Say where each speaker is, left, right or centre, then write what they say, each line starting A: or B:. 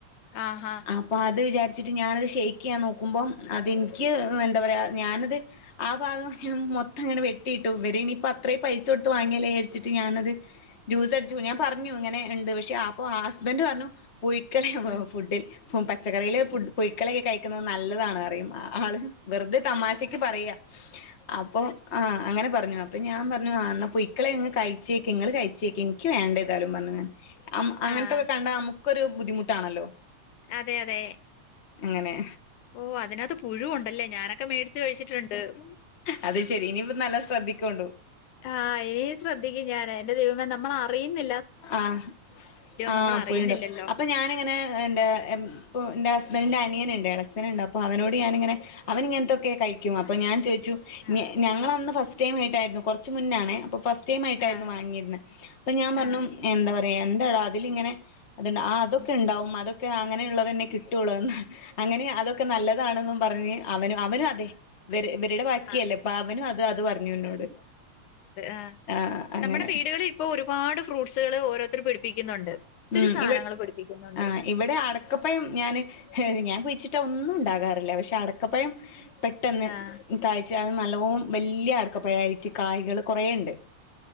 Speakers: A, on the left; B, on the left.
A: ആഹ് ആഹ്
B: അപ്പൊ അത് വിചാരിച്ചിട്ട് ഞാനത് ഷേക്ക് ചെയാൻ നോക്കുമ്പം അത് എനിക്ക് എന്താ പറയാ ഞാനത് ആ ഭാഗം ഞാൻ മൊത്തം ഇങ്ങനെ വെട്ടിയിട്ടു ഇവര് ഇനി ഇയിപ്പോ അത്രേയും പൈസ കൊടുത്ത് വാങ്ങിയല്ലേ വിചാരിച്ചിട്ട് ഞാനത് ജ്യൂസ് അടിച്ചു
A: ആഹ്
B: ഞാൻ
A: ആഹ്
B: പറഞ്ഞു ഇങ്ങനെ ഉണ്ട് പക്ഷെ അപ്പൊ ആ ഹസ്ബൻഡറ് പറഞ്ഞു പുഴുക്കളെ
A: ഉം
B: ഫുഡിൽ. ഈ പച്ചക്കറി
A: ഉം
B: പുഴുക്കളെ കഴി ക്കുന്നത് നല്ലതാണ് പറയും. ആള് വെറുതെ തമാശയ്ക്ക് പറയാ അപ്പൊ ആഹ് അങ്ങനെ പറഞ്ഞു അപ്പൊ ഞാൻ പറഞ്ഞു ആ പുയ്ക്കളെങ്ങ് കഴിച്ചേക്ക്. ഇങ്ങള് കഴി ച്ചേക്ക്. എനിക്ക് വേണ്ട ഏതായാലും, പറഞ്ഞു ഞാൻ. അങ്ങനത്തൊക്കെ
A: ആഹ്
B: കണ്ടാ നമുക്കൊരു ബുദ്ധിമുട്ടാണല്ലോ
A: അതെ അതെ
B: അങ്ങനെ
A: ഓ അതിനകത്ത് പുഴു ഉണ്ടല്ലേ ഞാനൊക്കെ മേടിച്ച് കഴിച്ചിട്ടുണ്ട്.
B: അത് ശരി ഇനിയിപ്പോൾ നല്ല ശ്രദ്ധിക്കോണ്ടു
A: ആഹ് ഇനി ശ്രദ്ധിക്കും ഞാൻ. എന്റെ ദൈവമേ നമ്മള് അറിയുന്നില്ല
B: ആഹ് ആഹ്.
A: നമ്മളറിയുന്നില്ലല്ലോ.
B: പുയുണ്ടാവും അപ്പൊ ഞാനിങ്ങനെ എന്റെ ഇപ്പോൾ എൻ്റെ ഹസ്ബൻഡൻ് അനിയനുണ്ട് ഇളയച്ചനുണ്ട്. അപ്പോൾ അവനോട് ഞാനിങ്ങനെ അവൻ ഇങ്ങനത്തൊക്കെ കഴിക്കും അപ്പൊ ഞാൻ ചോദിച്ചു
A: ആഹ്
B: ഞങ്ങള് അന്ന് ഫസ്റ്റ് ടൈം ആയിട്ടായിരുന്നു. കുറച്ച് മുന്നേ ആണേ. അപ്പോ ഫസ്റ്റ് ടൈം ആയിട്ടായിരുന്നു
A: ആഹ്
B: വാങ്ങിയിരുന്നത്. അപ്പൊ ഞാൻ പറഞ്ഞു.
A: ആഹ്
B: എന്താ പറയാ എന്താടാ അതിലിങ്ങനെ അ അതൊക്കെ
A: ഉം
B: ഉണ്ടാവും അതൊ അങ്ങനെയുള്ളതന്നെ കിട്ടുള്ളൂന്നു. അങ്ങനെ അതൊക്കെ നല്ല ഫ്രഷാണെന്നും പറഞ്ഞ് അവന് അവനും അതെ ഇവരുടെ ബാക്കിയല്ലേ
A: ആഹ്
B: അപ്പൊ അവനും അത് അത് പറഞ്ഞു എന്നോട്
A: ആ
B: ആഹ് അങ്ങനെ
A: നമ്മുടെ വീടുകളിൽ ഇപ്പൊ ഒരുപാട് ഫ്രൂട്ട്സുകൾ ഓരോരുത്തരും പിടിപ്പിക്കുന്നുണ്ട് ഒത്തിരി
B: ഉം
A: സാധനങ്ങൾ
B: ഇവ
A: പിടിപ്പിക്കുന്നുണ്ട്.
B: ആ ഇവിടെ അടക്കപ്പഴം ഞാൻ, ഞാൻ കുഴിച്ചിട്ടാ ഒന്നും ഉണ്ടാകാറില്ല. പക്ഷെ അടക്കപ്പഴം പെട്ടെന്ന്
A: ആഹ്
B: കായ്ച്ച. അത് നല്ലോണം, വലിയ അടക്കപ്പഴായിട്ട് കായ്കൾ കുറയുണ്ട്